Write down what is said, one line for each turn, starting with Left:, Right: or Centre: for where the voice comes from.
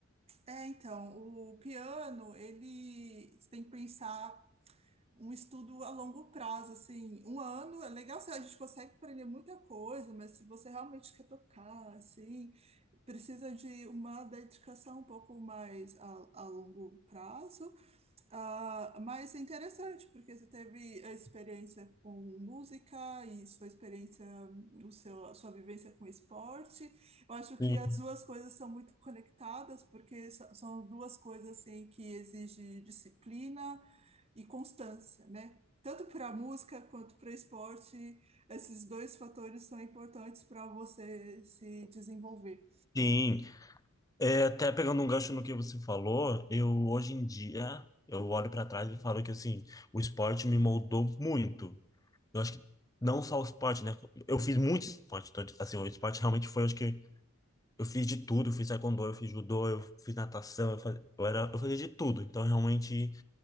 Right: É, então, o piano, ele você tem que pensar um estudo a longo prazo, assim, um ano é legal, assim, a gente consegue aprender muita coisa, mas se você realmente quer tocar, assim, precisa de uma dedicação um pouco mais a, a longo prazo, ah, mas é interessante, porque você teve a experiência com música e sua experiência, o seu, a sua vivência com esporte. Eu acho
Left: Sim.
Right: que as duas coisas são muito conectadas, porque so- são duas coisas assim, que exigem disciplina e constância, né? Tanto para a música quanto para o esporte, esses dois fatores são importantes para você se desenvolver.
Left: Sim, É, até pegando um gancho no que você falou, eu hoje em dia eu olho para trás e falo que assim, o esporte me moldou muito. Eu acho que não só o esporte, né? Eu fiz muito esporte, então, assim, o esporte realmente foi, eu acho que eu fiz de tudo, eu fiz taekwondo, eu fiz judô, eu fiz natação, eu fazia, eu era, eu fazia de tudo. Então, realmente